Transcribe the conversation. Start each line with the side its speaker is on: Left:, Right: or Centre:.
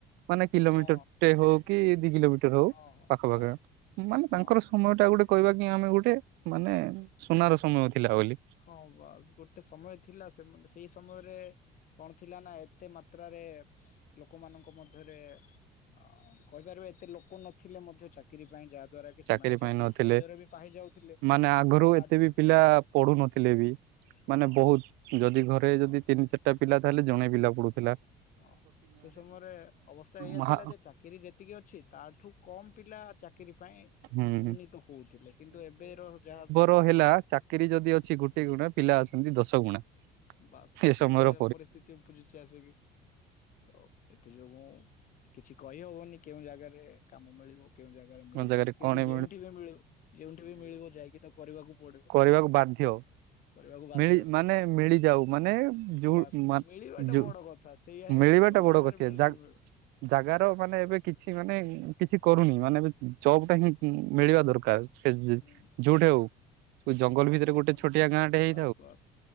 Right: ମାନେ କିଲୋମିଟର
Left: ହଁ
Right: ଟେ ହଉ କି ଦି କିଲୋମିଟର ହଉ
Left: ହଁ ହଁ
Right: ପାଖ
Left: ବାସ୍
Right: ପାଖ ମାନେ
Left: ହଁ
Right: ତାଙ୍କର ସମୟ ଟା ଗୋଟେ କହିବା କି ଆମେ ଗୋଟେ ମାନେ ସୁନାର ସମୟ ଥିଲା ବୋଲି।
Left: ହଁ ବାସ୍ ଗୋଟେ ସମୟ ଥିଲା ସେମାନ ସେଇ ସମୟରେ କଣ ଥିଲା ନା ଏତେ ମାତ୍ରାରେ ଲୋକମାନଙ୍କ ମଧ୍ୟରେ ହଁ କହିପାରିବା ଏତେ ଲୋକ ନଥିଲେ ମଧ୍ୟ ଚାକିରି ପାଇଁ ଯାହା ଦ୍ଵାରା କି ସେମାନେ
Right: ଚାକିରି ପାଇଁ ନଥିଲେ
Left: ସହଜରେ ବି ପାଇ ଯାଉଥିଲେ
Right: ମାନେ ଆଗରୁ
Left: କିନ୍ତୁ
Right: ଏତେ
Left: ଆଜିକାଲି
Right: ବି ପିଲା ପଡ଼ୁନଥିଲେ ବି ମାନେ
Left: ହଁ
Right: ବହୁତ ଯଦି ଘରେ
Left: ହଁ
Right: ଯଦି ତିନି ଚା ଟା ପିଲା ତାହେଲେ ଜଣେ ପିଲା ପଢ଼ୁଥିଲା।
Left: ହଁ ସେ ସମୟରେ ଅବସ୍ଥା ଏଇଆ
Right: ମହା
Left: ଥିଲା ଯେ ଚାକିରି ଯେତିକି ଅଛି ତାଠୁ କମ ପିଲା ଚାକିରି ପାଇଁ
Right: ହୁଁ
Left: ଉନ୍ନୀତ ହଉଥିଲେ କିନ୍ତୁ ଏବେ ର ଯାହା
Right: ର ହେଲା ଚାକିରୀ ଯଦି ଅଛି ଗୋଟେ ଗୁଣା ପିଲା ଅଛନ୍ତି ଦଶ ଗୁଣା।
Left: ବାସ୍
Right: ଏ
Left: ସେଇଭଳିଆ
Right: ସମୟର
Left: ପରିସ୍ଥିତି ଉପୁଜିଛି ଆସିକି। ତ ଏଥି ଯୋଗୁ କିଛି କହିହବନି କେଉଁ ଜାଗାରେ କାମ ମିଳି କେଉଁ ଜାଗାରେ ମିଳିବନି
Right: କଣ ଜାଗାରେ
Left: କିନ୍ତୁ
Right: କଣ
Left: ଯୋଉଠି ବି ମିଳିବ ଯୋଉଠି ବି ମିଳିବ ଯାଇକି ତାକୁ କରିବାକୁ ପଡ଼ିବ।
Right: କରିବାକୁ ବାଧ୍ୟ।
Left: କରିବାକୁ ବାଧ୍ୟ।
Right: ମିଳି ମାନେ ମିଳିଯାଉ ମାନେ ଯଉ
Left: ବାସ୍
Right: ମା
Left: ମିଳିବାଟା
Right: ଯଉ
Left: ବଡ କଥା ସେଇଆ ହିଁ
Right: ମିଳିବାଟା
Left: ଯୋଉ
Right: ବଡ଼
Left: ଜାଗାରେ
Right: <unintelligible>
Left: ମିଳୁଛି ମିଳୁ
Right: ଜାଗାର ମାନେ ଏବେ କିଛି ମାନେ କିଛି କରୁନି ମାନେ ଏବେ ଜବ ଟା ହିଁ ମିଳିବା ଦରକାର୍। ସେ ଯୁ
Left: ହୁଁ
Right: ଯୋଉଠି ହଉ
Left: ସେଇ
Right: ଜଙ୍ଗଲ
Left: ଚାକିରି
Right: ଭିତରେ ଗୋଟେ
Left: ଖଣ୍ଡେ
Right: ଛୋଟିଆ ଗାଁଟେ ହେଇ
Left: ବାସ୍ ବାସ୍।